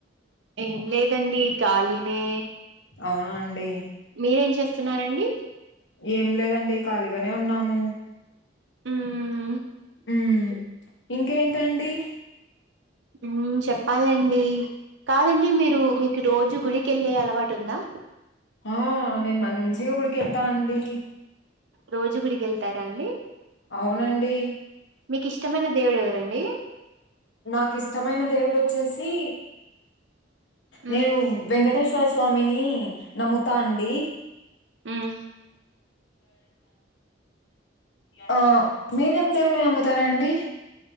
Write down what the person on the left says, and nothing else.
అవున అండి
ఏం లేదండి ఖాళీగానే ఉన్నాము
హ్మ్ ఇంకేంటండి
ఆ నేను మంచిగా గుడికెళ్తా అండి
అవునండి
నాకు ఇష్టమైన దేవుడు వచ్చేసి
నేను వెంకటేశ శ్వర స్వామిని నమ్ముతా అండి
ఓ మీరేమి దేవుడిని నమ్ముతారండి